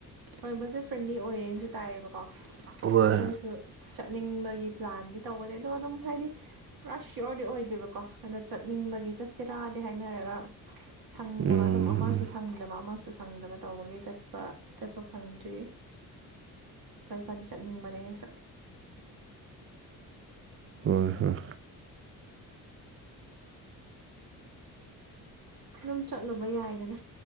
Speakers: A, on the right; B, on the right.
A: ꯍꯣꯏ ꯕꯁꯁꯦ ꯐ꯭ꯔꯦꯟꯂꯤ ꯑꯣꯏꯌꯦꯅꯁꯨ ꯇꯥꯏꯌꯦꯕꯀꯣ ꯑꯗꯣ
B: ꯍꯣꯏ
A: ꯑꯩꯈꯣꯏꯁꯨ ꯆꯠꯅꯤꯡꯕꯒꯤ ꯄ꯭ꯂꯥꯟꯗꯤ ꯇꯧꯕꯅꯦ ꯑꯗꯣ ꯑꯗꯨꯝ ꯍꯥꯏꯗꯤ ꯄꯨꯔꯥ ꯁꯤꯌꯣꯔꯗꯤ ꯑꯣꯏꯗꯦꯕꯀꯣ ꯑꯗꯣ ꯆꯠꯅꯤꯡꯕꯒꯤ ꯆꯠꯁꯤꯔꯥꯗꯤ ꯍꯥꯏꯅꯔꯒ ꯁꯪꯗꯕ
B: ꯎꯝ
A: ꯑꯗꯨꯝ ꯑꯃꯁꯨ ꯁꯪꯗꯕ ꯑꯃꯁꯨ ꯁꯪꯗꯕ ꯇꯧꯕꯒꯤ ꯆꯠꯄ ꯈ ꯐꯪꯗ꯭ꯔꯤ ꯆꯠꯄꯗꯤ ꯆꯠꯅꯤꯡꯕꯅꯦ ꯁ
B: ꯍꯣꯏ ꯍꯣꯏ
A: ꯑꯗꯨꯝ ꯆꯠꯂꯨꯕ ꯌꯥꯏꯗꯅ